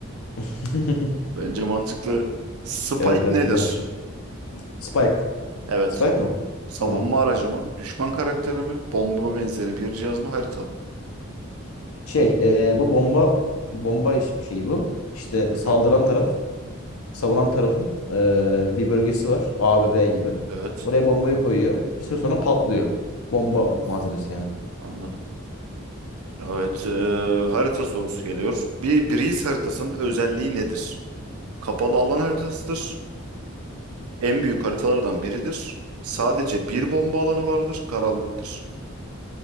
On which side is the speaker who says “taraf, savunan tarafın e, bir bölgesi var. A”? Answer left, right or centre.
Left